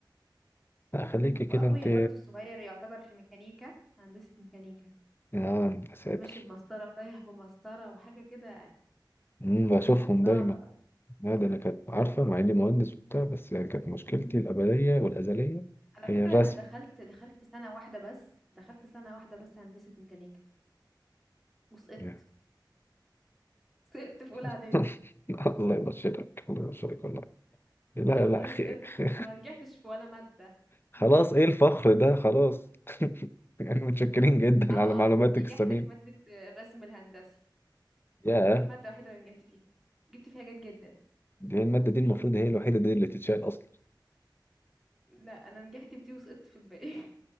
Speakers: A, on the left (about 30°); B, in the centre.
A: لا خليكي كده
B: واخويا
A: انت
B: برضو الصغير يعتبر في ميكانيكا هندسة ميكانيكا
A: اه يا ساتر
B: ماشي بمسطرة ورايح بمسطرة وحاجة كده
A: مم، بشوفهم
B: صعبة
A: دايما
B: بقى
A: لا ده انا كانت عارفه مع اني مهندس وبتاع بس يعني كانت مشكلتي الابديه والازليه
B: على
A: هي
B: فكرة
A: الرسم
B: انا دخلت دخلت سنة واحدة بس دخلت سنة واحدة بس هندسة ميكانيكا وسقطت
A: يعني.
B: سقطت في اولى اعدادي
A: <laughs> الله يبشرك الله يبشرك والله لا
B: <laughs> الله
A: لا خير
B: سقطت
A: <laughs>
B: ما نجحتش في ولا ماده
A: خلاص ايه الفخر ده خلاص <laughs> يعني متشكرين جدا
B: اه
A: على معلوماتك
B: اه نجحت
A: الثمينه
B: في ماده الرسم الهندسي
A: ياه
B: دي الماده الوحيده اللي نجحت فيها جبت فيها جيد جدا
A: دي الماده دي المفروض هي الوحيده دي اللي تتشال اصلا
B: لا انا نجحت في دي وسقطت في الباقي <laughs>